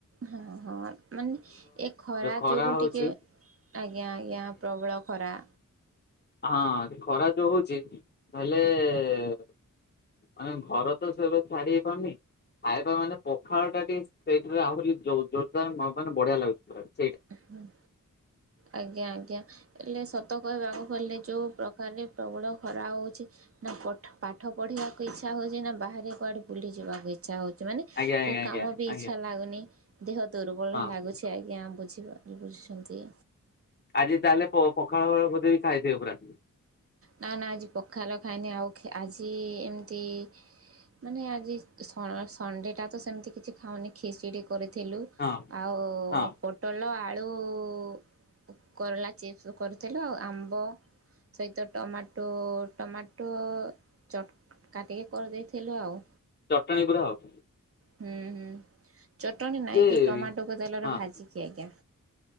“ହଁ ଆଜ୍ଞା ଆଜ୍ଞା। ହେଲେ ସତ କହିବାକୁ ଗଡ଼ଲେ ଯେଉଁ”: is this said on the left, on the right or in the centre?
Right